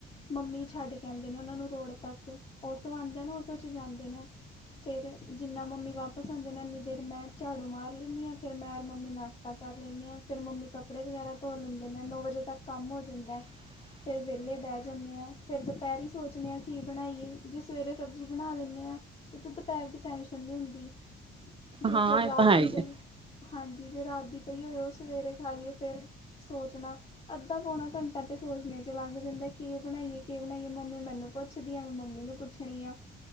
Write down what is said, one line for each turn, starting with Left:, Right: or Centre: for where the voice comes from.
Left: ਮੰਮੀ ਛੱਡ ਕੇ। ਕਹਿੰਦੇ ਨੇ ਉਹਨਾਂ ਨੂੰ ਰੋਡ ਤੱਕ ਔਟੋ ਆਉਂਦਾ ਨਾ ਔਟੋ ਚ ਜਾਂਦੇ ਨੇ ਫਿਰ। ਜਿੰਨਾ ਮੰਮੀ ਵਾਪਸ ਆਉਂਦੇ ਨੇ ਇੰਨੀ ਦੇਰ ਮੈਂ ਝਾੜੂ ਮਾਰ ਲੈਂਦੀ ਹਾਂ ਫਿਰ ਮੈਂ ਔਰ ਮੰਮੀ ਨਾਸ਼ਤਾ - ਆਪਾ ਕਰ ਲੈਂਦੇ ਹਾਂ ਫਿਰ ਮੰਮੀ ਕੱਪੜੇ ਵਗੈਰਾ ਧੋ ਲੈਂਦੇ ਨੇ ਨੌ ਵਜੇ ਤੱਕ ਕੰਮ ਹੋ ਜਾਂਦਾ ਏ।
Right: ਹ <inaudible>
Left: ਫਿਰ ਵਿਹਲੇ ਬਹਿ ਜਾਂਣੇ ਆ ਫਿਰ। ਦੁਪਹਿਰ ਹੀ ਸੋਚਦੇ ਆ ਕੀ ਬਣਾਈਏ ਜੇ ਸਵੇਰੇ ਸਬਜ਼ੀ ਬਣਾ ਲੈਂਣੇ ਆ ਉੱਥੇ ਦੁਪਹਿਰ ਦੀ ਟੈਂਸ਼ਨ ਨਹੀਂ ਹੁੰਦੀ ਜੇ
Right: ਹਾਂ
Left: ਫਿਰ ਰਾਤ
Right: ਇਹ ਤਾਂ ਹੈ
Left: ਦੀ
Right: ਹੀ
Left: ਕੋਈ।
Right: ਏ,
Left: ਹਾਂਜੀ ਜੇ ਰਾਤ ਦੀ ਪਈ ਹੋਏ ਉਹ ਸਵੇਰੇ ਖਾ ਲਈਏ ਫੇਰ। ਸੋਚਣਾ ਅੱਧਾ ਪੌਣਾ ਘੰਟਾ ਤੇ ਸੋਚਣੇ ਚ ਲੱਗ ਜਾਂਦਾ ਕਿ ਬਣਾਈਏ ਕਿ। ਹੁਣਈ ਮੰਮੀ ਮੈਨੂੰ ਪੁੱਛਦੀ ਆ ਮੈਂ ਮੰਮੀ ਨੂੰ ਪੁੱਛਣੀ ਆ